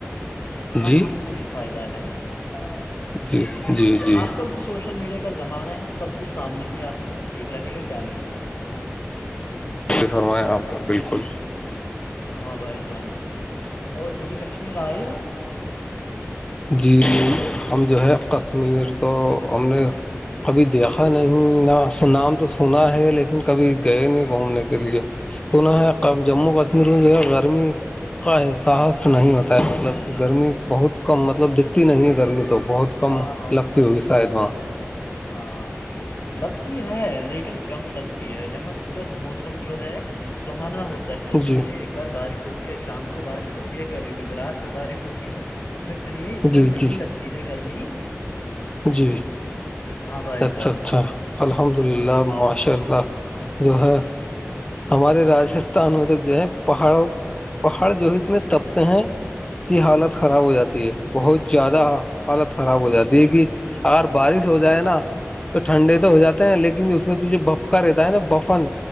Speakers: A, on the left; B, on the left.
A: اتنا
B: جی
A: ہم کو ہی فائدہ ہے
B: <inaudible> جی
A: آج کل تو سوشل میڈیا کا زمانہ ہے سب کچھ سامنے ہی آ رہا ہے کیا ٹھیک رہے گا کیا نہیں ہے
B: ج فرمائیں آپ کا بالکل
A: ہاں بھائی جان اور کبھی کشمیر آئے ہو
B: جی ہم جو ہے کشمیر
A: ہلو
B: تو ہم نے کبھی دیکھا نہیں نا نام تو سنا ہے لیکن کبھی گئے نہیں گھومنے کے لیے سنا ہے کب جموں کشمیر کی جگہ گرمی کا احساس نہیں ہوتا ہے مطلب کہ گرمی بہت کم مطلب دکھتی نہیں ہے گرمی تو بہت
A: ہاں
B: کم
A: ہاں
B: لگتی
A: وہ تو
B: ہوگی
A: صحیح
B: شاید
A: بات
B: وہاں
A: ہے ہاں لگتی ہے لیکن کم لگتی ہے یہاں پر پر موسم جو ہے سہانا ہوتا ہوتا ہے دن
B: جی
A: میں ایک بار بارش ہوتی ہے شام کو بارش ہوتی ہے کبھی کبھی رات کو بارش ہوتی ہے پھر دن میں اتنا
B: جی
A: نہیں
B: جی
A: لگتی ہے گرمی
B: جی
A: ہاں بھائی
B: اچھا
A: جان
B: اچھا الحمد للہ
A: ہاں
B: ماشاء اللہ جو ہے ہمارے راجستھان میں تو جو ہے پہاڑوں پہاڑ جو ہے اتنے تپتے ہیں کی حالت
A: ہاں
B: خراب ہو جاتی ہے بہت زیادہ
A: ہاں وہ
B: حالت خراب ہو جاتی ہے کہ اگر بارش ہو جائے نا تو ٹھنڈے
A: ہاں
B: تو ہو جاتے لیکن اس میں تو جو بھپکا رہتا ہے نا بفن